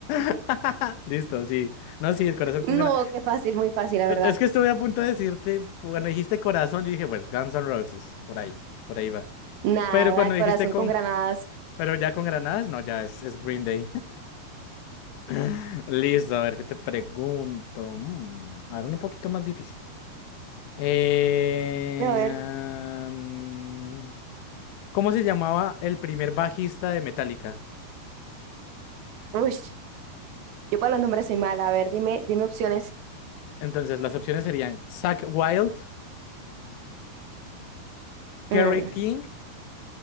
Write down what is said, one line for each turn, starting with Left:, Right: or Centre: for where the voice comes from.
Left: <laughs> Listo, sí. No, sí, el corazón con
Right: No,
Left: granas.
Right: qué fácil, muy fácil, la verdad.
Left: E- Es que estuve a punto de decirte, cuando dijiste corazón, yo dije, pues Guns N' Roses, por ahí, por ahí va.
Right: Nada,
Left: Pero cuando
Right: corazón
Left: dijiste con,
Right: con granadas.
Left: pero ya con granadas, no, ya es, es Green Day. <laughs> Listo, a ver, ¿qué te pregunto? Mm, ahora un poquito más difícil. Eh,
Right: A ver,
Left: am, ¿cómo se llamaba el primer bajista de Metallica?
Right: uy, yo para los nombres soy mala. A ver, dime, dime opciones.
Left: Entonces, las opciones serían Zach Wild, Kerry
Right: Mm,
Left: King,